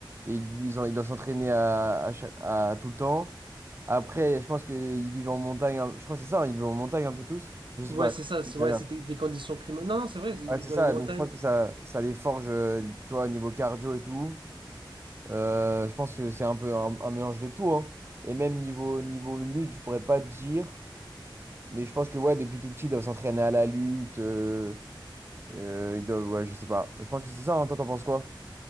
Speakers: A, on the right; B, on the right.
A: Et ils ont, ils doivent s'entraîner à, à, chaque- à tout le temps. Après, je pense qu'ils vivent en montagne. un- Je crois que c'est ça. hein, Ils vivent en montagne un peu tous. Je sais
B: Ouais,
A: pas.
B: c'est ça, c'est-
A: je sais
B: ouais,
A: pas bien.
B: c'était des conditions climatiques. Non, non, c'est vrai, ils
A: Ouais,
B: vivent
A: c'est
B: dans
A: ça.
B: les montagnes.
A: Donc, je pense que ça, ça les forge, euh, tu vois, au niveau cardio et tout. Euh, je pense que c'est un peu un, un mélange de tout. hein. Et même niveau, niveau lutte, je pourrais pas te dire. Mais je pense que ouais, depuis tout petit, ils doivent s'entraîner à la lutte. euh, euh, ils doivent, ouais, je sais pas. Je pense que c'est ça, hein. Toi, t'en penses quoi?